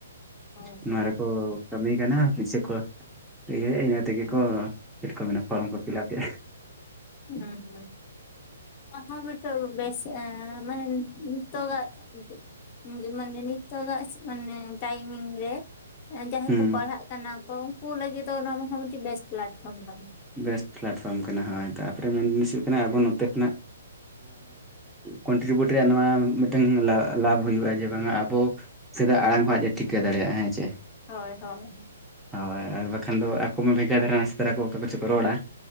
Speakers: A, on the left; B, in the centre.
A: ᱦᱳᱭ ᱦᱳᱭ
B: ᱱᱚᱣᱟ ᱜᱮᱠᱚ ᱠᱟᱹᱢᱤ ᱠᱟᱱᱟ ᱥᱮ ᱠᱚᱼᱼ <unintelligible> ᱤᱱᱟᱹ ᱛᱮᱜᱮ ᱠᱚ ᱪᱮᱫ ᱠᱚ ᱢᱮᱱᱟ ᱯᱷᱚᱨᱚᱢ ᱠᱚ ᱯᱷᱤᱞᱟᱯ ᱮᱜᱼᱟ
A: ᱦᱩᱸ ᱦᱩᱸ <unintelligible> ᱦᱚᱸ ᱢᱤᱫ ᱴᱟᱝ ᱵᱮᱥ ᱢᱟᱱᱮ ᱱᱤᱛᱚᱜᱟᱜ <unintelligible> ᱡᱮ ᱢᱟᱱᱮ ᱱᱤᱛᱚᱜᱟᱜ ᱢᱟᱱᱮ ᱴᱟᱭᱢᱤᱝ ᱨᱮ ᱡᱟᱦᱟᱸᱭ
B: ᱦᱮᱸ
A: ᱠᱚ ᱯᱟᱲᱦᱟᱜ ᱠᱟᱱᱟ ᱠᱚ ᱩᱱᱠᱩ ᱞᱟᱹᱜᱤᱫ ᱫᱚ ᱱᱚᱣᱟ ᱫᱚ ᱢᱤᱫᱴᱮᱱ ᱵᱮᱥᱴ ᱯᱞᱟᱴᱯᱷᱚᱨᱚᱢ ᱠᱟᱱᱟ
B: ᱵᱮᱥᱴ ᱯᱞᱟᱴᱯᱷᱨᱚᱢ ᱠᱟᱱᱟ ᱦᱳᱭ ᱛᱟᱯᱚᱨᱮ ᱢᱮᱱ ᱡᱤᱱᱤᱥ ᱦᱩᱭᱩᱜ ᱠᱟᱱᱟ ᱟᱵᱚ ᱱᱚᱛᱮ ᱠᱷᱚᱱᱟᱜ ᱠᱚᱱᱴᱨᱤᱵᱤᱭᱩᱴ ᱨᱮᱭᱟᱜ ᱱᱚᱣᱟ ᱢᱤᱫᱴᱮᱱ ᱞᱟᱵᱷ ᱞᱟᱵᱷ ᱦᱩᱭᱩᱜᱼᱟ ᱡᱮ ᱵᱟᱝᱟ ᱟᱵᱚ ᱥᱮᱫᱟᱜ ᱟᱲᱟᱝ ᱦᱚᱸ ᱟᱡ ᱮ ᱴᱷᱤᱠᱟᱹ ᱫᱟᱲᱮᱭᱟᱜᱼᱟ ᱦᱮᱸ ᱪᱮ
A: ᱦᱳᱭ ᱦᱳᱭ
B: ᱦᱳᱭ ᱟᱨ ᱵᱟᱠᱷᱟᱱ ᱫᱚ ᱟᱠᱚ ᱢᱟ ᱵᱷᱮᱜᱟᱨ ᱫᱷᱟᱨᱟ ᱱᱟᱥᱮ ᱫᱷᱟᱨᱟ ᱠᱚ ᱚᱠᱟ ᱠᱚᱪᱚ ᱠᱚ ᱨᱚᱲᱟ